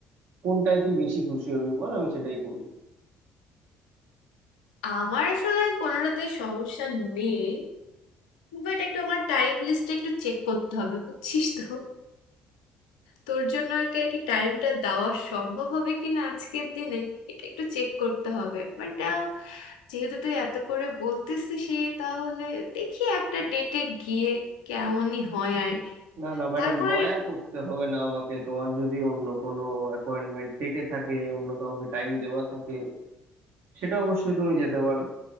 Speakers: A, on the right (about 65°); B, on the left (about 90°).
A: কোনটায় তুই বেশি খুশি হবি বল আমি সেটাই করবি
B: আমার আসলে কোনোটাতেই সমস্যা নেই বাট একটু আমার টাইম লিস্টটা একটু চেক করতে হবে বুঝছিস তো তোর জন্য আর কি আর কি টাইমটা দেওয়া সম্ভব হবে কিনা আজকের দিনে এটা একটু চেক করতে হবে বাট যেহেতু তুই এত করে বলতেছিস তাহলে দেখি একটা ডেটে গিয়ে কেমনই হয় আর কি।
A: না না ম্যাডাম
B: তারপর
A: দয়া করতে হবে না আমাকে তোমার যদি অন্য কোনো অ্যাপয়েন্টমেন্ট থেকে থাকে অন্য কাউকে টাইম দেওয়া থাকে সেটা অবশ্যই তুমি যেতে পারো